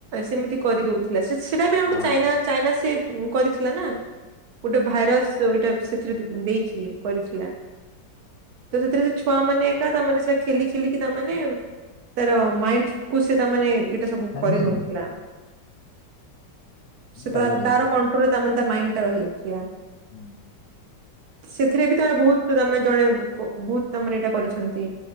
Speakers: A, on the right; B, on the left.
A: ସେମିତି କରିଦଉ ଥିଲା ସେଟା ଗୋଟେ
B: ହଁ
A: ଚାଇନା ଚାଇନା ସେ କରିଥିଲା ନା ଗୋଟେ ଭାଇରସ। ଏଇଟା ସେଥିରେ ଦେଇଚି କରିଥିଲା। ତ ସେଥିରେ ସେ ଛୁଆ ମାନେ ଏକା ତାମାନେ ସେଟା ଖେଲି ଖେଲିକି ତାମାନେ ତାର ମାଇଣ୍ଡ କୁ ସେ ତାମାନେ ଏଇଟା ସବୁ
B: ଡାଇଭର୍ଟ
A: କରିହଉଥିଲା।
B: କରିଦବ।
A: ସେ ତାର
B: ଡାଇଭର୍ଟ କରିଦବ।
A: ତାର କଣ୍ଟ୍ରୋଲ ରେ ତା ତା ମାଇଣ୍ଡ ଟା ରହି ଯାଉଥିଲା।
B: ହଁ
A: ସେଥିରେ ବି ତାର ବହୁତ ତ ତମେ ଜଣେ ବହୁତ ତାମାନେ ଏଇଟା କରିଛନ୍ତି